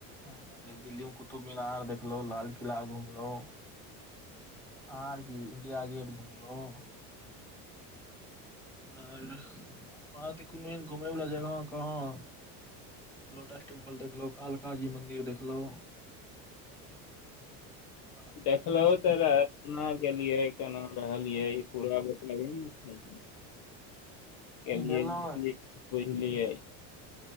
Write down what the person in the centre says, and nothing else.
ह दिल्ली मे कुतुब मीनार देखलो लाल किला घुमलो आर की इन्डिया गेट घुम्लो ह आर वहाँ त कोनो एहन घुमै वाला जगह कहाँ लोटस टेम्पल देखलो कालक जी मंदिर देखलो ह <unintelligible>
गेलहुँ